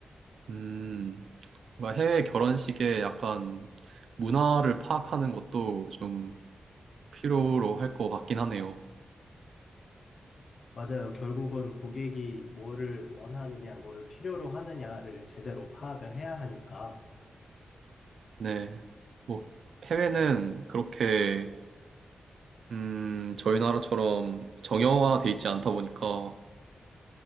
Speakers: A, on the right; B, on the left.
A: 음, 뭔가 해외 결혼식의 약간 문화를 파악하는 것도 좀 필요로 할 것 같긴 하네요.
B: 맞아요. 결국은 고객이 뭐를 원하느냐, 뭐를 필요로 하느냐를 제대로 파악을 해야 하니까,
A: 네, 뭐 해외는 그렇게 음, 저희 나라처럼 정형화돼 있지 않다 보니까